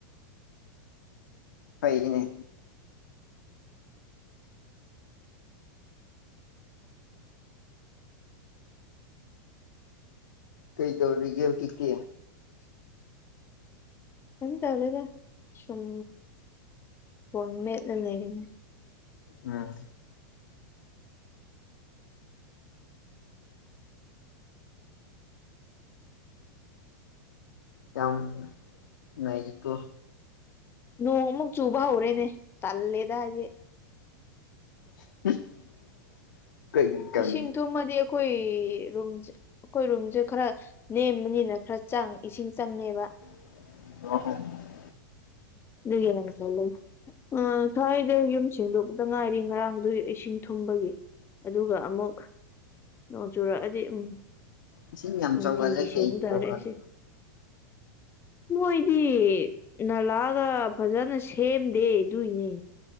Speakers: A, on the left; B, on the left.
A: ꯑꯩꯒꯤꯅꯦ ꯀꯩ ꯗꯧꯔꯤꯒꯦ ꯍꯧꯖꯤꯛꯇꯤ
B: ꯀꯩꯝ ꯇꯧꯗꯦꯗ ꯁꯨꯝ ꯐꯣꯟ ꯃꯦꯠꯂ ꯂꯩꯔꯤꯅꯦ
A: ꯎꯝ ꯌꯥꯝ ꯅꯩꯔꯤꯀꯣ
B: ꯅꯣꯡ ꯃꯨꯛ ꯆꯨꯕ ꯍꯧꯔꯦꯅꯦ ꯇꯜꯂꯦꯗ ꯍꯥꯏꯗꯤ
A: <inaudible> ꯀꯩ
B: ꯏꯁꯤꯡꯊꯨꯝ ꯊꯨꯝꯃꯗꯤ ꯑꯩꯈꯣꯏ ꯔꯨꯝꯁꯦ ꯑꯩꯈꯣꯏ ꯔꯨꯝꯁꯦ ꯈꯔ ꯅꯦꯝꯕꯅꯤꯅ ꯈꯔ ꯆꯪ ꯏꯁꯤꯡ ꯆꯪꯉꯦꯕ
A: <unintelligible>
B: ꯑꯗꯨꯒꯤ ꯅꯣꯡ ꯆꯨꯍꯜꯂꯧ ꯑꯥ ꯉꯁꯥꯏꯗ ꯌꯨꯝ ꯁꯦꯡꯗꯣꯛꯄꯗ ꯉꯥꯏꯔꯤ ꯉꯔꯥꯡꯗꯨ ꯏꯁꯤꯡ ꯊꯨꯝꯕꯒꯤ ꯑꯗꯨꯒ ꯑꯃꯨꯛ ꯅꯣꯡ ꯆꯨꯔꯛꯑꯗꯤ ꯎꯝ
A: ꯏꯁꯤꯡ ꯌꯥꯝ
B: ꯅꯨꯡꯇꯤꯒꯤ
A: ꯆꯥꯎꯒꯜꯂꯦ ꯀꯩꯒꯤꯅꯣ
B: ꯁꯦꯡꯕꯇꯥꯔꯦ
A: ꯈꯪꯗꯦ
B: ꯑꯩꯁꯦ ꯃꯣꯏꯗꯤ ꯅꯂꯥꯒ ꯐꯥꯖꯅ ꯁꯦꯝꯗꯦ ꯑꯗꯨꯏꯅꯦ